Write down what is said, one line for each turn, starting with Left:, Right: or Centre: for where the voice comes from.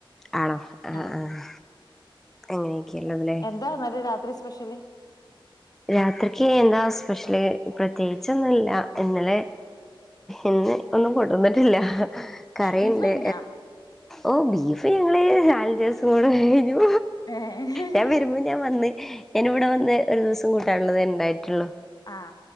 Centre: ആണോ ആഹ്
Left: ആഹ
Centre: ആഹ് അങ്ങനെയൊക്കെയള്ളതല്ലേ
Left: എന്താ മ രാത്രി സ്പെഷ്യൽ ഇച്ചിലി
Centre: രാത്രിക്ക് എന്താ സ്പെഷ്യല് പ്രത്യേകിച്ചൊന്നുല്ല ഇന്നലെ ഇന്ന് ഒന്നും കൊണ്ടൊന്നി ഇല്ല കറിയുണ്ട്
Left: ബീഫ് കഴിഞ്ഞാ
Centre: ഓ ബീഫ് ഞങ്ങള് നാലഞ്ച്വസം കൊണ്ട് കഴിഞ്ഞു
Left: ഏഹ്
Centre: ഞാൻ വരുമ്പോ ഞാൻ വന്ന് ഞാനിവിടെ വന്നു ഒരു ദിവസം കൂട്ടാൻഉള്ളത് ഉണ്ടായിട്ടുള്ളൂ
Left: ആ